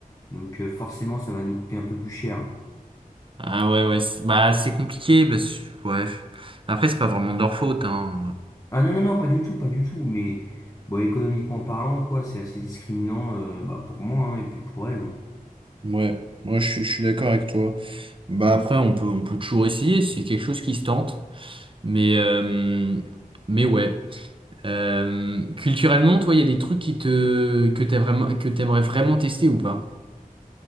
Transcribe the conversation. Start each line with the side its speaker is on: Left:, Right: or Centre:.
Left: Donc euh, forcément, ça va nous coûter un peu plus cher.
Right: Ah ouais, ouais, c'est- bah c'est compliqué, parce que ouais. Après, c'est pas vraiment de leur faute, hein.
Left: Ah non, non, non, pas du tout, pas du tout. Mais bon, économiquement parlant, quoi, c'est assez discriminant euh, bah, pour moi hein, et puis pour elles.
Right: Ouais, moi je, suis je suis d'accord avec toi. Bah Bah, après, on peut, on peut toujours essayer, c'est quelque chose qui se tente. Mais, euh, mais ouais. Euh, culturellement, toi, il y a des trucs qui te, que t'as vraiment, que t'aimerais vraiment tester ou pas?